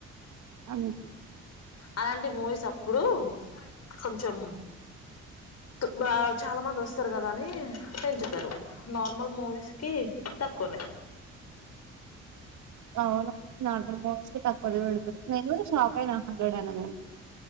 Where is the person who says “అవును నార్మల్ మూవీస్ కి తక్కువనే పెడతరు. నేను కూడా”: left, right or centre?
Right